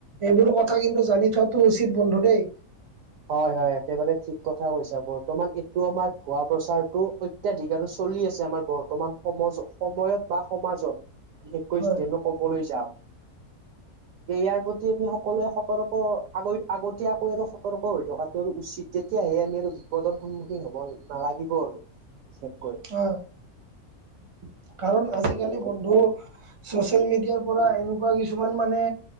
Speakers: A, on the right (about 40°); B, on the right (about 70°).
A: এইবোৰ কথা কিন্তু জানি থোৱাটো উচিত বন্ধু দেই।
B: হয় হয় একেবাৰে ঠিক কথা কৈছা বৰ্তমান এইটো আমাৰ ভুৱা প্ৰচাৰটো, অত্যাধিক আৰু চলি আছে আমাৰ বৰ্তমান সমজ সময়ত বা সমাজত, বিশেষকৈ
A: হয়
B: যদি আমি কবলৈ যাওঁ, ইয়াৰ প্ৰতি আমি সকলোৱে সতৰ্ক আগ আগতীয়াকৈ আৰু, সতৰ্ক হৈ থকাটো আৰু উচিত তেতিয়াহে আমি আৰু বিপদৰ সন্মুখীন হব নালাগিব আৰু, বিশেষকৈ
A: হয়, কাৰণ আজিকালি
B: হয়
A: বন্ধু, চচিয়েল মিডিয়াৰ পৰা এনেকুৱা কিছুমান মানে,